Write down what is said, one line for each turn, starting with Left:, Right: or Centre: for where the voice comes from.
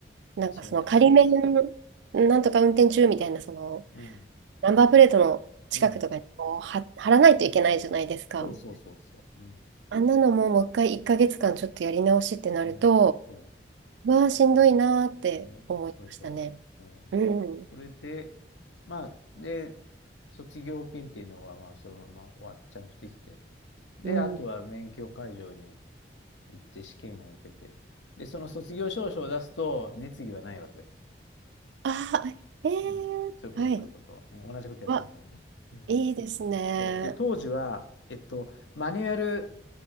Right: なんかその仮免、
Left: そうだよね。
Right: なんとか運転中みたいな、その、
Left: うん。
Right: ナンバープレートの近くとかにこうは貼らないといけないじゃないですか。
Left: うん。そうそうそうそう。うん。
Right: あんなのももう一回1ヶ月間ちょっとやり直しってなると、
Left: ね。そ
Right: うわあ、しんどいなーって思いましたね。
Left: う。ね。そうでしょうん。
Right: うん。
Left: それで、まあ、で、卒業検定の方は、まあ、そのまま終わっちゃんとできて、で、
Right: うん。
Left: あとは免許会場に行って試験を受けて。で、その卒業証書を出すと、実技はないわけよ。
Right: ああ、ええ
Left: うん。そういうこと、
Right: ー、はい。
Left: そういうこと。同じことやってるからね。
Right: わ
Left: うん。
Right: いいですね。
Left: そう。で、当時は、えっと、マニュアル